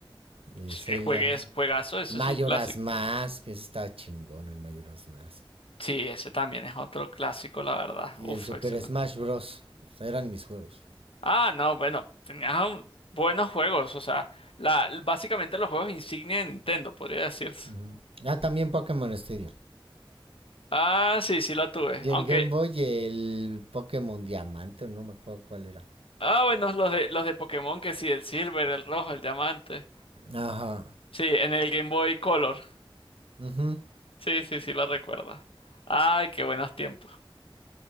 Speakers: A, on the right (about 85°); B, on the left (about 75°).
A: de
B: Sí,
A: Zelda.
B: Eh, Juegues, juegazo, ese
A: Majoras
B: es un clásico.
A: Mask, que está chingón el Majoras Mask.
B: Sí, ese también es otro clásico, la verdad.
A: Y
B: Uf,
A: el Super
B: excelente.
A: Smash Bros. Eran mis juegos.
B: Ah, no, bueno, tenías un- buenos juegos, o sea, la, básicamente los juegos insignia de Nintendo, podría decirse.
A: Ujú. Ah, también Pokémon Stadium.
B: Ah, sí, sí lo tuve.
A: Y
B: Aunque,
A: en Game Boy el Pokémon Diamante, no me acuerdo cuál era.
B: ah, bueno, los de, los de Pokémon, que sí, el Silver, el Rojo, el Diamante.
A: Ajá.
B: Sí, en el Game Boy Color.
A: Ujú.
B: Sí, sí, sí lo recuerdo. Ay, qué buenos tiempos.